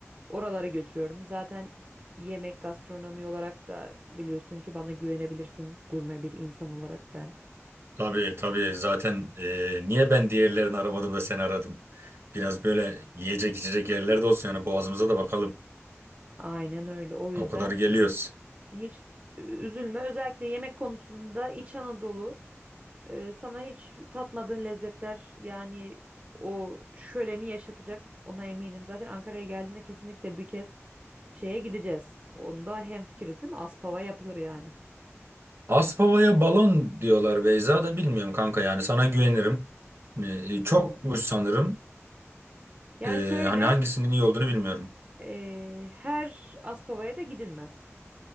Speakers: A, on the right (about 30°); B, on the right (about 55°).
A: oralara götürüyorum. Zaten yemek gastronomi olarak da biliyorsun ki bana güvenebilirsin gurme bir insan olarak ben.
B: Tabii tabii zaten e, niye ben diğerlerini aramadım da seni aradım. Biraz böyle yiyecek içecek yerler de olsun yani boğazımıza da bakalım.
A: Aynen öyle. O yüzden
B: O kadar geliyoruz.
A: Hiç üzülme. Özellikle yemek konusunda İç Anadolu e, sana hiç tatmadığın lezzetler yani o şöleni yaşatacak. Ona eminim. Zaten Ankara'ya geldiğinde kesinlikle bir kez şeye gideceğiz. Onda hemfikiriz değil mi? Aspava yapılır yani.
B: Aspava'ya balon diyorlar Beyza da bilmiyorum kanka yani sana güvenirim. E, çokmuş sanırım.
A: Yani
B: E,
A: şöyle
B: hani hangisinin iyi olduğunu bilmiyorum.
A: e, her Aspava'ya da gidilmez.